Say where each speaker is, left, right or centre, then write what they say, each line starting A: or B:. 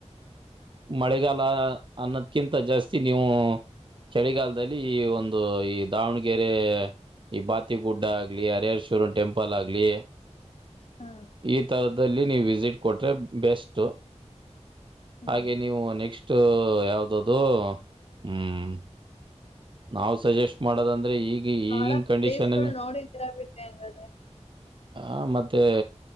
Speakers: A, on the right; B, on the left.
A: ಮಳೆಗಾಲ ಅನ್ನೋದ್ಕಿಂತ ಜಾಸ್ತಿ ನೀವು. ಚಳಿಗಾಲದಲ್ಲಿ ಈ ಒಂದು ಈ ದಾವಣಗೆರೆ ಈ ಬಾತಿಗುಡ್ಡ ಆಗ್ಲಿ ಹರಹೇಶ್ವರನ್ ಟೆಂಪಲ್ ಆಗ್ಲಿ.
B: ಹ್ಮ್
A: ಈತ ನೀವು ವಿಸಿಟ್ ಕೊಟ್ರೆ ಬೆಸ್ಟ್.
B: ಹ್ಮ್
A: ಹಾಗೆ ನೀವು ನೆಕ್ಸ್ಟ್. ಅಷ್ಟ ಯಾವ್ದದು ಹ್ಮ್ ನಾವ್ ಸಜೆಸ್ಟ್ ಮಾಡದಂದ್ರೆ ಈಗ್ ಈ
B: ಬಾಳ
A: ಈಗಿನ
B: ಪ್ಲೇಸ್
A: ಕಂಡೀಷನ್
B: ಗಳು
A: ಅಲ್ಲಿ
B: ನೋಡಿದೀರಾ ಬಿಡ್ರಿ ಹಂಗಾದ್ರೆ
A: ಆ ಮತ್ತೆ.